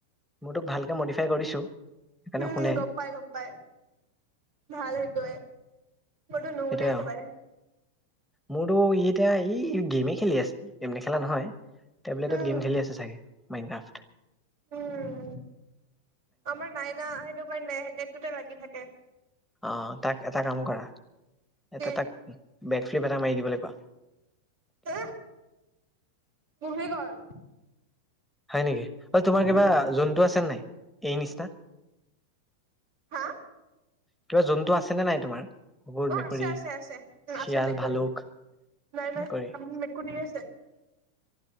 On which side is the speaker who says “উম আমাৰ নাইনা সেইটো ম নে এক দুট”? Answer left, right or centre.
Right